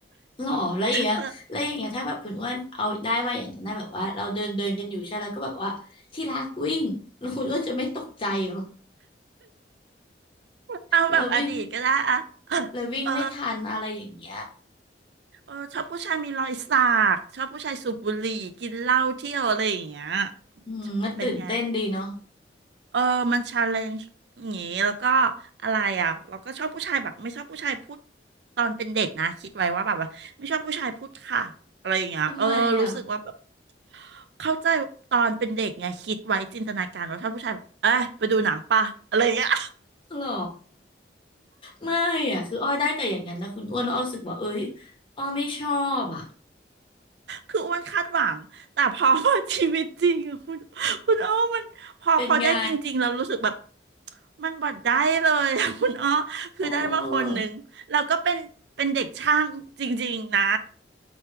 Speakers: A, on the left; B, on the right.
A: หรอแล้วอย่างเงี้ยแล้วอย่างเงี้ยถ้าแบบคุณอ้วนเอาได้มาอย่างนั้นนะแบบว่าเราเดินเดินกันอยู่ใช่แล้วก็แบบว่าที่รักวิ่งแล้วคุณอ้วนจะไม่ตกใจเหรอ
B: เออเอาแบบอดีตก็ได้อะ
A: เราวิ่งเราวิ่งไม่ทันอะไรอย่างเงี้ย
B: เออเออเออชอบผู้ชายมีรอยสักชอบผู้ชายสูบบุหรี่กินเหล้าเที่ยวอะไรอย่างเงี้ย
A: อืมมันตื่นเต้นดีเนาะ
B: เป็นไง เออมันชาเลนจ์อย่างงี้แล้วก็อะไรอ่ะเราก็ชอบผู้ชายแบบไม่ชอบผู้ชายพูดตอนเป็นเด็กนะคิดไว้ว่าแบบว่าไม่ชอบผู้ชายพูดค่ะอะไรอย่างเงี้ยเออรู้สึกว่าแบบ
A: ทำไมอ่ะ
B: เข้าใจตอนเป็นเด็กไงคิดไว้จินตนาการว่าชอบผู้ชายแบบเอ้ยไปดูหนังป่ะอะไรอย่างเงี้ย
A: หรอไม่อ่ะคืออ้อได้แต่อย่างนั้นนะคุณอ้วนแล้วอ้อรู้สึกว่าเอ้ยอ้อไม่ชอบอ่ะ
B: คืออ้วนคาดหวังแต่พอ <laughs> ชีวิตจริงอะคุณคุณอ้อมันพอพอได้จริงๆแล้วรู้สึกแบบ
A: เป็นไง
B: มันบดได้เลยอะ <laughs> คุณอ้อคือได้มาคนหนึ่งแล้วก็เป็นเป็นเด็กช่างจริงๆนะ
A: โอ้